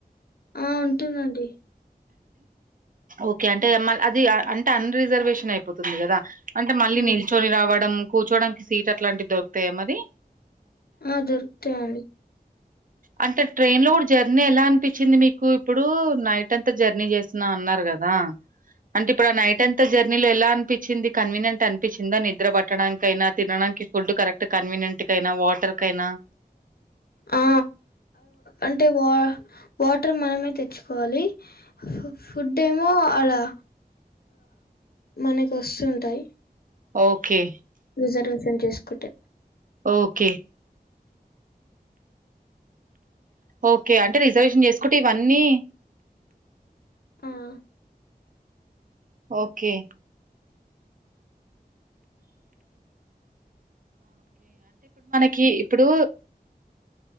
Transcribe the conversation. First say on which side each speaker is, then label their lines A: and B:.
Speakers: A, on the left; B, on the right.
A: ఆ ఉంటుందండి
B: ఓకే అంటే అది అంటే అన్ రిజర్వేషన్ అయిపోతుంది కదా అంటే మళ్ళీ
A: ఆ,
B: నిల్చొని రావడం కూర్చోడానికి సీట్ అట్లాంటివి దొకుతాయా మరి
A: ఆ దొరుకుతాయండి
B: అంటే ట్రైన్ లో కూడా జర్నీ ఎలా అనిపించింది మీకు ఇప్పుడు నైట్ అంతా జర్నీ చేసిన అన్నారు కదా అంటే ఇప్పుడు ఆ నైట్ అంత జరి ర్నీలో ఎలా అనిపించింది కన్వీనియంట్ అనిపించిందా నిద్ర పట్టడానికి అయినా తినడానికి ఫుడ్ కరెక్ట్ కన్వీనియంట్ కైనా వాటర్ కైనా
A: ఆ అంటే వా వాటర్ మనమే తెచ్చుకోవాలి ఫుడ్ ఏమో అలా మనకు వస్తుంటాయి
B: ఓకే.
A: రిజర్వేషన్ చేసుకుంటే.
B: ఓకే. ఓకే అంటే రిజర్వేషన్ చేసుకుంటే ఇవన్నీ.
A: ఆహ్.
B: ఓకే. కి ఇప్పుడు.